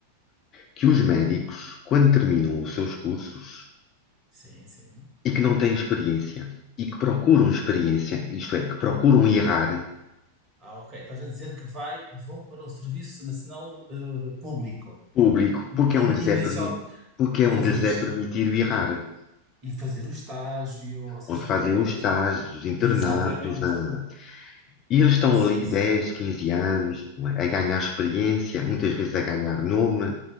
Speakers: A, on the left; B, on the right.
A: que os médicos, quando terminam os seus cursos
B: Sim, sim.
A: e que não têm experiência, e que procuram experiência, isto é, que procuram errar
B: Ah, ok. Estás a dizer que vai, vão para o Serviço Nacional eh, Público.
A: público,
B: In-
A: porque é onde lhes
B: Inicialmente,
A: é permitido, porque é onde
B: fazer
A: lhes
B: o, es-
A: é permitido errar.
B: e fazer o estágio, ou seja,
A: onde fazem
B: prepa-
A: os
B: é
A: estágios,
B: pre-
A: os internatos.
B: exatamente.
A: na- E eles estão
B: Sim,
A: ali
B: sim.
A: 10, 15 anos, não é? a ganhar experiência, muitas vezes a ganhar nome,